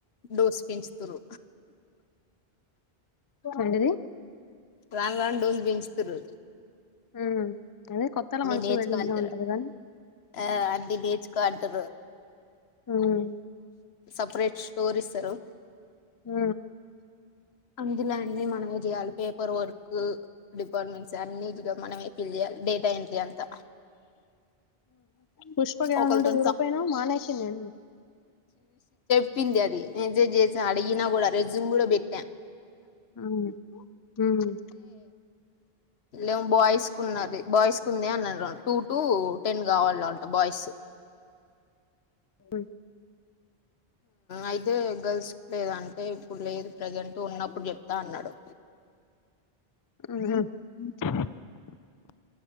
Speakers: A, on the left; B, on the left.
A: డోస్ పెంచుతారు
B: ఏంటిది
A: రాను రాను డోస్ పెంచుతారు
B: హ అదే కొత్తలా మంచి
A: నేర్చుకో
B: వడి
A: అంటారు
B: ఉంటది కానీ
A: ఆ అన్ని నేర్చుకో అంటారు
B: ఉమ్
A: సపరేట్ స్టోరీ ఇస్తారు
B: హ
A: అందులాన్నీ మనమే చేయాలి పేపర్ వర్క్ డిపార్ట్మెంట్స్ అన్నిగా మనమే ఫిల్ చేయాలి డేటా ఎంట్రీ అంతా
B: పుష్పక ఏమైనా
A: ఒకరితో
B: ఉంటే చూడపోయినా మానేసిందిండి
A: చెప్పినది మెసేజ్ చేసిన అడిగిన కూడాడ రెజుమ్ కూడా బట్టి
B: అ
A: లేం బాయ్స్ కు ఉన్నారు బాయ్స్ కు ఉందే అన్నారు టూ టు టెన్ కావాల అంట బాయ్స్
B: ఆ
A: అయితే గర్ల్స్ లేదాంటే ఇప్పుడు లేదు ప్రజెంట్ ఉన్నప్పుడు చెప్తా అన్నాడు
B: అ